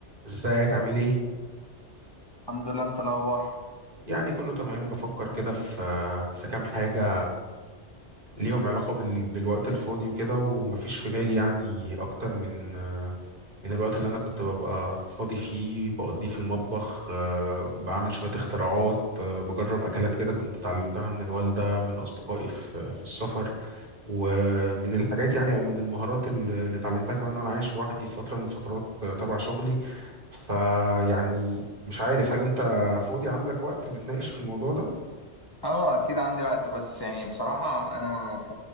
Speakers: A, on the right; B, on the left.
A: ازيك عامل ايه؟
B: الحمد لله انت الاخبار
A: يعني كله تمام بفكر كده في في كام حاجة ليهم علاقة بال... بالوقت الفاضي وكده ومفيش في بالي يعني أكتر من من الوقت اللي أنا كنت ببقى فاضي فيه بقضيه في المطبخ آه، بعمل شوية اختراعات آه، بجرب أكلات كده كنت اتعلمتها من الوالدة من أصدقائي في في السفر ومن الحاجات يعني أو من المهارات اللي اللي اتعلمتها كمان وأنا عايش لوحدي في فترة من الفترات آه، تبع شغلي فيعني مش عارف هل انت فاضي عندك وقت نتناقش في الموضوع ده؟
B: اه اكيد عندي وقت بس يعني بصراحه انا ك...